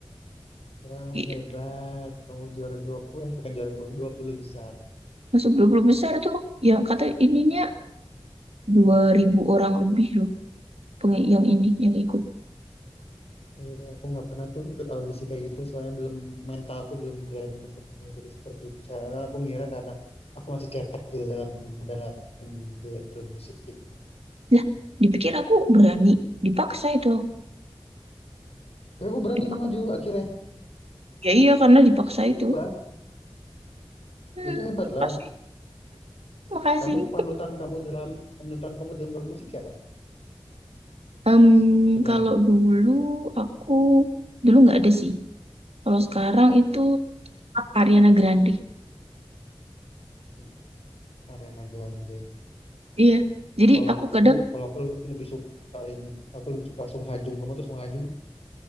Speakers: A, on the left; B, on the right.
A: Wah,
B: gitu.
A: hebat. Kamu juara 20, eh bukan juara dua puluh dua puluh besar.
B: Masuk 20 besar tuh yang kata ininya 2000 orang lebih loh peng- yang ini yang ikut.
A: Iya, aku nggak pernah tuh ikut audisi kayak gitu, soalnya belum mental aku belum berani untuk mengikuti seperti itu. Karena aku ngira karena aku masih cetek gitu dalam dalam be- bermusik gitu.
B: Lah, dipikir aku berani dipaksa itu.
A: Tapi aku berani
B: Dipak-
A: kan maju akhirnya.
B: Ya iya karena dipaksa itu.
A: Hebat,
B: Hmm,
A: itu hebat lah.
B: pasti Makasih.
A: Kamu panutan kamu dalam panutan kamu dalam bermusik siapa?
B: Em,
A: Penyanyi.
B: kalau dulu aku dulu nggak ada sih. Kalau sekarang itu tetap Ariana Grande.
A: Hmm, Ariana Grande.
B: Iya. Jadi
A: Kalau
B: aku
A: aku
B: kadang
A: kalau aku lebih suka ini, aku lebih suka Sung Ha Jung. Kamu tuh Sung Ha Jung?